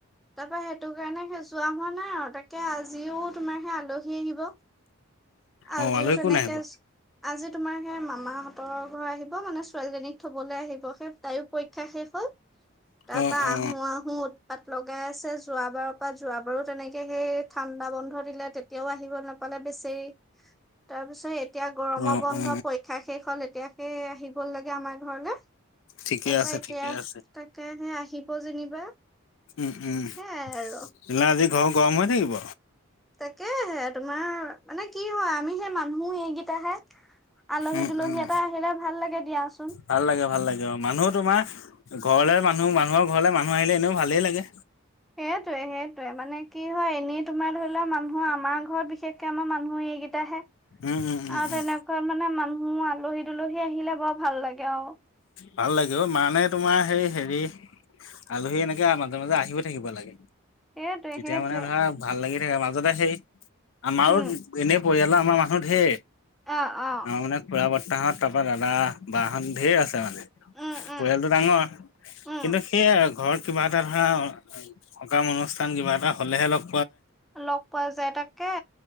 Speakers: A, in the centre; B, on the left.
A: তাৰপা সেইটো কাৰণে যোৱা হোৱা নাই আৰু তাকে আজিও তোমাৰ সেই আলহী আহিব। আজিও
B: অ আলহী
A: তেনেকে।
B: কোন আহিব
A: আজি তোমাৰ সেই মামাহঁতৰৰ ঘৰ আহিব মানে ছোৱালীজনীক থবলৈ আহিব। সেই তাইও পৰীক্ষা শেষ হল তাৰ
B: অ
A: পৰা
B: অ
A: আহো, আহো উৎপাত লগাই আছে। যোৱাবাৰৰ পৰা যোৱাবাৰো তেনেকে সেই ঠাণ্ডা বন্ধত। দিলে তেতিয়াও আহিব নাপালে বেচি। তাৰ পিছত এতিয়া গৰমৰ
B: অ
A: বন্ধ
B: অ
A: পৰীক্ষা শেষ হ'ল এতিয়াকে আহিব লাগে আমাৰ ঘৰলৈ।
B: ঠিকে
A: তাৰাপা
B: আছে
A: এতিয়া
B: ঠিকে আছে
A: তাকে আহিব যেনিবা।
B: উম, উম,
A: সেয়াই আৰু
B: সিলাদি ঘৰ গৰম হৈ থাকিব।
A: তাকে সে তোমাৰ। মানে কি হয় আমি সে মানুহো এইকেইটাহে আলহী
B: উম,
A: দুলহী
B: উম,
A: এটা আহিলে ভাল লাগে দিয়াচোন
B: ভাল লাগে, ভাল লাগে অ, মানুহো তোমাৰ ঘৰলৈ মানুহ, মানুহৰ ঘৰলৈ মানুহ আহিলে এনেও ভালেই লাগে।
A: সেইটোৱে, সেইটোৱে মানে কি হয় এনেই তোমাৰ ধৰি লোৱা মানুহৰ আমাৰ ঘৰত বিশেষকে আমাৰ মানুহ এইকেইটাহে।
B: উম উম উম
A: আৰু
B: উম।
A: তেনেকুৱা মানে মানুহ আলহী, দুলহী আহিলে বৰ ভাল লাগে আৰু।
B: ভাল লাগে, মানে তোমাৰ, সেই হেৰি আলহী এনেকে মাজে, মাজে আহিও থাকিব লাগে।
A: সেইটোৱে
B: তেতিয়া
A: সেইটোৱে
B: মানে ধৰা ভাল লাগি থ, মাজতে সেই আমাৰো
A: উম
B: এনেই পৰিয়ালৰ আমাৰ মানুহত ধেৰ
A: অ অ
B: আমাৰ মানে খুৰা বতাহত তাৰ পৰা দাদা, বাহহত ধেৰ আছে মানে।
A: উম উম
B: পৰিয়ালটো ডাঙৰ।
A: উম
B: কিন্তু সেইয়াই আৰু ঘৰত কিবা এটা ধৰা সকাম অনুষ্ঠান কিবা এটা হ'লেহে অলপ
A: লগ পোৱা যায় তাকে।